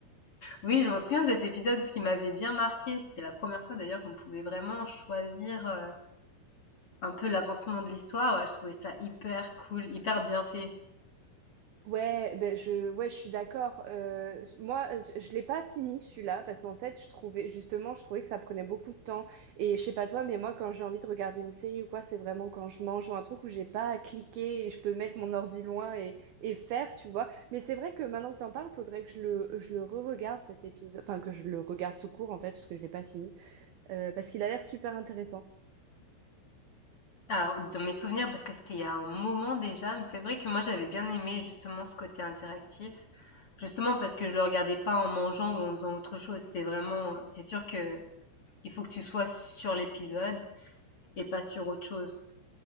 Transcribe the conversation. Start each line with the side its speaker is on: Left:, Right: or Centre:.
Left: Oui, je m'en souviens de cet épisode parce qu'il m'avait bien marqué. C'était la première fois d'ailleurs qu'on pouvait vraiment choisir, heu, un peu l'avancement de l'histoire. Ouais, je trouvais ça hyper cool, hyper bien fait.
Right: Ouais, ben je, ouais, je suis d'accord. Euh, moi, je, je l'ai pas fini celui-là parce qu'en fait, je trouvais justement, je trouvais que ça prenait beaucoup de temps. Et je sais pas toi, mais moi, quand j'ai envie de regarder une série ou quoi, c'est vraiment quand je mange ou un truc où j'ai pas à cliquer et je peux mettre mon ordi loin et, et faire, tu vois. Mais c'est vrai que maintenant que t'en parles, faudrait que je le, je le re-regarde cet épisode, enfin que je le regarde tout court en fait parce que je l'ai pas fini, Euh, parce qu'il a l'air super intéressant.
Left: Alors, dans mes souvenirs, parce que c'était il y a un moment déjà, mais c'est vrai que moi j'avais bien aimé justement ce côté interactif. Justement parce que je le regardais pas en mangeant ou en faisant autre chose. C'était vraiment, c'est sûr que il faut que tu sois sur l'épisode et pas sur autre chose.